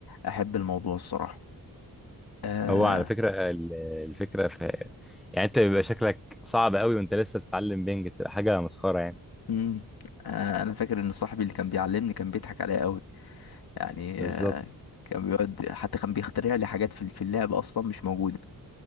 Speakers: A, on the left (about 80°); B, in the centre.
A: احب الموضوع الصراحه آه
B: هو على فكره ال- الفكره في يعني انت بيبقى شكلك صعب قوي وانت لسه بتتعلم بنج بتبقى حاجه مسخره يعني
A: مم. آه انا فاكر ان صاحبي اللي كان بيعلمني كان بيضحك عليا قوي يعني
B: بالظبط
A: آه كان بيقعد حتى كان بيخترع لي حاجات في في اللعبه اصلا مش موجوده